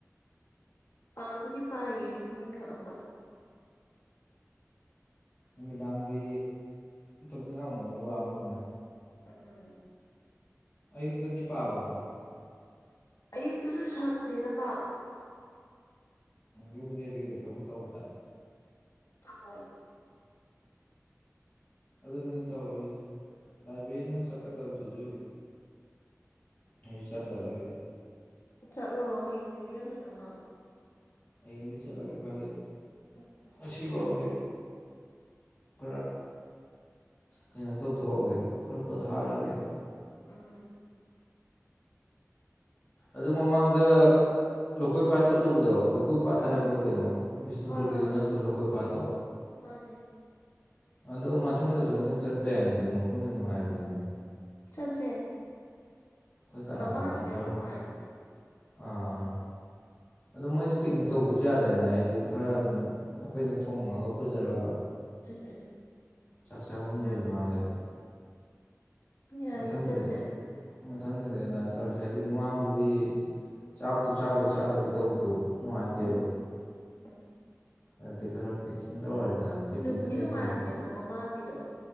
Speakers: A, on the left; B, on the left.
A: ꯄꯥꯕꯨꯗꯤ ꯄꯥꯏꯑꯌꯦ ꯇꯨꯝꯅꯤꯉꯛꯑꯕ
B: ꯅꯨꯃꯤꯗꯥꯡꯗꯤ ꯇꯨꯞꯅꯤꯡ ꯉꯝꯒꯅꯤ ꯋꯥꯕꯅꯤꯅ
A: ꯎꯝ
B: ꯑꯌꯨꯛꯇꯗꯤ ꯄꯥꯕ꯭ꯔꯣ
A: ꯑꯌꯨꯛꯇꯨꯁꯨ ꯁꯪꯗꯦꯗ ꯄꯥꯛ
B: ꯌꯨꯝ ꯀꯩ ꯀꯩꯒ ꯊꯕꯛ ꯇꯧꯕꯗ
A: ꯍꯣꯢ
B: ꯑꯗꯨꯅꯤꯅꯦ ꯇꯧꯔꯤ ꯂꯥꯏꯕ꯭ꯔꯦꯔꯤ ꯅꯨꯡ ꯆꯠꯀꯗꯕꯗꯨꯁꯨ ꯑꯩꯁꯨ ꯆꯠꯇ ꯂꯩꯔꯦ
A: ꯆꯠꯂꯣ <unintelligible>
B: ꯍꯌꯦꯡꯗꯩ ꯆꯂꯒꯦ ꯈꯜꯂꯦ
A: ꯎꯝ
B: ꯉꯁꯤꯕꯧꯗꯤ ꯈꯔ ꯀꯩꯅꯣ ꯇꯧꯊꯣꯛꯑꯒꯦꯅ ꯈꯔ ꯄꯣꯊꯥꯔꯒꯦꯅ
A: ꯑꯥ
B: ꯑꯗꯨ ꯃꯃꯥꯡꯗ ꯂꯧꯀꯣꯏ ꯄꯥꯠ ꯆꯠꯂꯨꯕꯗꯣ ꯂꯀꯣꯏ ꯄꯥꯠ
A: ꯑꯥ
B: ꯍꯥꯏꯕ꯭ꯔꯣ ꯀꯩꯅꯣ ꯕꯤꯁꯅꯨꯄꯨꯔꯒꯤꯗꯨ
A: ꯍꯣꯏ ꯍꯣꯏ
B: ꯅꯠꯇ꯭ꯔꯣ ꯂꯧꯀꯣꯏ ꯄꯥꯠꯇꯣ
A: ꯃꯥꯅꯦ
B: ꯑꯗꯣ ꯃꯊꯪꯗꯁꯨ ꯑꯝꯇꯪ ꯆꯠꯄ ꯌꯥꯏꯅꯦ ꯑꯗꯣ ꯃꯐꯝꯗ ꯅꯨꯡꯉꯥꯏꯕꯅꯤꯅꯦ
A: ꯆꯠꯁꯦ
B: ꯑꯩꯈꯣꯏ ꯀꯅꯥ
A: ꯃꯃꯥꯡꯒꯤꯗꯨ
B: ꯀꯅꯥꯅꯣ ꯈꯔ
A: ꯌꯥꯝ ꯅꯨꯡꯉꯥꯏꯕꯅꯦ
B: ꯑꯥ ꯑꯗꯨꯝ ꯃꯣꯏꯗ ꯄꯤꯛꯅꯤꯛ ꯇꯧꯕꯁꯨ ꯌꯥꯗ꯭ꯔꯏꯅꯦ ꯍꯥꯏꯗꯤ ꯈꯔ ꯑꯗꯨꯝ ꯑꯩꯈꯣꯏꯅ ꯊꯣꯡꯉꯒ ꯄꯨꯖꯔꯒ
A: ꯎꯝ ꯎꯝ
B: ꯆꯥꯛꯆꯥꯥꯐꯝ
A: ꯌꯥꯕꯅꯤ
B: ꯂꯩ ꯃꯥꯂꯦ
A: ꯌꯥꯏꯌꯦ
B: ꯃꯊꯪꯗꯗꯤ
A: ꯆꯠꯁꯦ
B: ꯃꯊꯪꯗꯗꯤ ꯑꯗꯨꯃꯥꯏꯅ ꯇꯧꯔꯁꯦ ꯍꯥꯏ ꯍꯥꯏꯗꯤ ꯃꯃꯥꯡꯗꯗꯤ ꯆꯥꯛꯇꯨ ꯆꯥꯕꯣꯏ ꯆꯥꯗꯣꯏ ꯇꯧꯕꯗꯣ ꯅꯨꯡꯉꯥꯏꯇꯦꯕ
A: ꯎꯝ ꯎꯝ
B: ꯑꯗꯒꯤ ꯈꯔ ꯄꯦꯛꯀꯤꯡ ꯇꯧꯔꯦꯗꯅ ꯇꯤꯐꯤꯟꯗ
A: ꯅꯨꯡꯗꯤ
B: ꯀꯩꯗ
A: ꯅꯨꯡꯉꯥꯏꯕꯅꯦ
B: ꯍꯥꯞꯄꯒ
A: ꯑꯗꯨꯝ ꯃꯃꯥꯡꯒꯤꯗꯣ